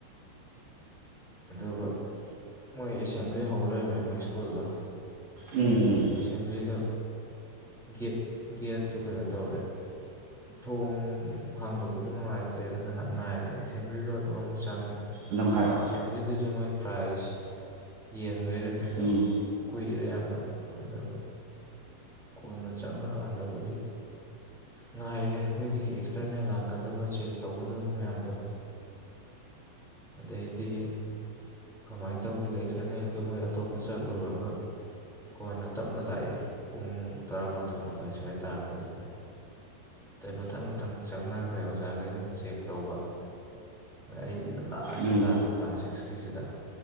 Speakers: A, in the centre; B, on the right.
A: ꯑꯗꯨꯒꯥ ꯃꯣꯏ ꯑꯦꯁꯦꯝꯕ꯭ꯂꯤ ꯍꯧꯔꯥ ꯂꯩꯔꯝꯃꯦ ꯃꯣꯏ ꯁ꯭ꯀꯨꯜꯗꯣ
B: ꯎꯝꯝ ꯎꯝꯝ
A: ꯑꯦꯁꯦꯝꯕ꯭ꯂꯤꯗꫭ ꯒꯦꯠꯇꫭ ꯀꯩꯅꯣ ꯇꯧꯔꯦ꯫ ꯊꯣꯡ ꯍꯥꯡꯗꯣꯛꯄꯗꯣ ꯅꯨꯡꯉꯥꯏꯇ꯭ꯔꯦꯅ ꯉꯥꯏꯍꯥꯛꯇꯪ ꯉꯥꯏꯔꯦ ꯑꯦꯁꯦꯝꯕ꯭ꯂꯤ ꯂꯣꯏꯕꯒꯥ ꯑꯃꯨꯛ ꯆꯪꯉꯦ
B: ꯑꯗꯨꯝꯅꯥ ꯍꯥꯏꯔꯛꯑꫭ
A: ꯑꯦꯁꯦꯝꯕ꯭ꯂꯤꯗꯨꯁꯨ ꯃꯣꯏꯒꯤ ꯄ꯭ꯔꯥꯏꯖ ꯌꯦꯟꯕꯩꯔꯥ ꯀꯩꯅꯣ
B: ꯎꯝ
A: ꯀꯨꯏꯔꯦ ꯌꯥꯝꯅ ꯑꯗꯨꯒꯥ ꯀꯣꯟꯅꯗꯤ ꯆꯪꯉꯥꯀꯥꯟꯗꯕꯨꯗꯤ ꯉꯥꯏꯔꯦ ꯑꯩꯈꯣꯏꯒꯤ ꯑꯦꯛꯁꯇꯔꯅꯦꯜ ꯂꯥꯛꯀꯗꯧꯕꯥ ꯆꯦꯛ ꯇꯧꯒꯗꯕꯥ ꯃꯌꯥꯝꯗꯣ ꯑꯗꯥꯒꯤꯗꯤ ꯀꯃꯥꯏꯅ ꯇꯧꯒꯦꯗꯥ ꯑꯦꯛꯁꯇꯔꯅꯦꯜꯗꯣ ꯃꯣꯏ ꯑꯇꯣꯞꯄꯥ ꯆꯠꯂꯨꯔꯒꯥ ꯀꯣꯟꯅ ꯇꯞꯅ ꯂꯥꯛꯏ ꯄꯨꯡ ꯇꯔꯥꯃꯥꯊꯣꯏ ꯃꯈꯥꯏ ꯇꯥꯔꯛ ꯄꯒꯤꯁꯨꯋꯥꯗ ꯑꯗꯒꯤ ꯃꯊꯪ ꯃꯊꯪ ꯆꯪꯅꯈ꯭ꯔꯦ ꯑꯣꯖꯥꯈꯩꯗꯨꯅ ꯆꯦꯛ ꯇꯧꯕ ꯑꯗꯩ ꯑꯩꯁꯤꯅ ꯂꯥꯁꯇ
B: ꯎꯝ
A: ꯇꯥꯔꯦ ꯀ꯭ꯂꯥꯁ ꯁꯤꯛꯁꯀꯤꯁꯤꯗ